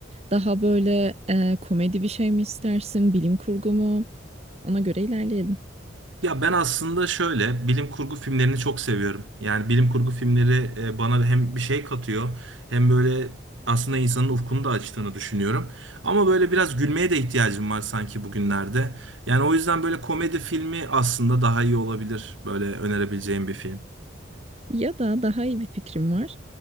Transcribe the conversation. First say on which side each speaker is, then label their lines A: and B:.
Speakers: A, on the right; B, on the right.
A: Daha böyle e, komedi bir şey mi istersin? Bilim kurgu mu? Ona göre ilerleyelim.
B: Ya ben aslında şöyle bilim kurgu filmlerini çok seviyorum. Yani bilim kurgu filmleri e, bana hem bir şey katıyor hem böyle aslında insanın ufkunu da açtığını düşünüyorum. Ama böyle biraz gülmeye de ihtiyacım var sanki bugünlerde. Yani o yüzden böyle komedi filmi aslında daha iyi olabilir. Böyle önerebileceğim bir film.
A: Ya da daha iyi bir fikrim var.